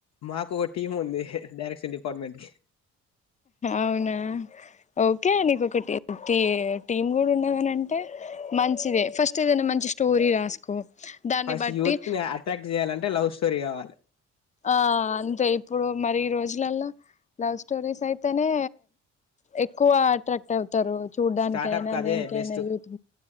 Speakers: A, on the left; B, on the left.
A: మాకు ఒక టీమ్ ఉంది డైరెక్షన్ డిపార్ట్మెంట్ కి
B: అవునా ఓకే నీకు ఒక టీ టీమ్ కూడా ఉన్నదనంటే మంచిదే ఫస్ట్ ఏదైనా మంచి స్టోరీ రాసుకో దాన్ని
A: ఫస్ట్
B: బట్టి
A: యూత్కి అట్రాక్ట్ చేయాలంటే లవ్ స్టోరీ కావాలి
B: ఆ అంతే ఇప్పుడు మరి ఈ రోజులల్ల లవ్ స్టోరీస్ అయితేనే ఎక్కువ అట్రాక్ట్ అవు తారు చూడ్డానికి
A: స్టార్టప్
B: అయినా
A: కి అదే
B: దేనికైనా
A: బెస్ట్
B: యూత్